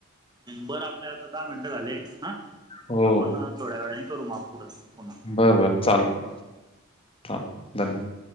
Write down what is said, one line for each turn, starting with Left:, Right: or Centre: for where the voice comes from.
Right: बरं आपल्या आता दहा मिनटं झाले हा
Left: हो
Right: आपण थोड्या वेळाने करू मग पुढं
Left: बरं बरं चालेल
Right: हा.
Left: हा धन्यवाद.